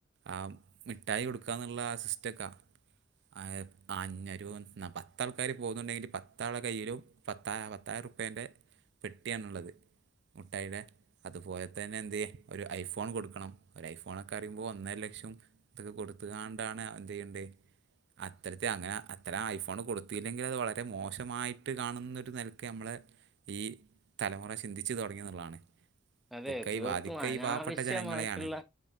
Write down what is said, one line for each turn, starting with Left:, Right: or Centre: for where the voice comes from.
Right: ആഹ് മിഠായി കൊടുക്കാന്നുള്ള ആ സിസ്റ്റക്കാ ആഹ് അന്നെരൂൻ ന്നാ പത്താൾക്കാര് പോകുന്നുണ്ടെങ്കില് പത്താളെ കയ്യിലും പത്താ പത്തായിരുർപ്പിയേൻ്റെ പെട്ടിയാണുള്ളത് മുട്ടായിടെ അതുപോലെ തന്നെ എന്തേ ഒരു ഐഫോൺ കൊടുക്കണം ഒരു ഐഫോണൊക്കെ അറിയുമ്പോ ഒന്നര ലക്ഷം ഇതൊക്കെ കൊടുത്ത്കാണ്ടാണ് എന്തയ്യണ്ട്യെ അത്തരത്തി അങ്ങനെ അത്തരം ഐഫോൺ കൊടുത്തില്ലെങ്കിൽ അത് വളരെ മോശമായിട്ട് കാണുന്നൊരു നെലക്ക് നമ്മളെ ഈ തലമുറ ചിന്തിച്ചു തുടങ്ങി എന്നുള്ളതാണ്
Centre: അതെ
Right: ഇതൊക്കെ
Centre: തീർത്തും
Right: ഈ ബാധിക്ക
Centre: അനാവശ്യമായിട്ടുള്ള
Right: ഈ പാവപ്പെട്ട ജനങ്ങളെയാണ്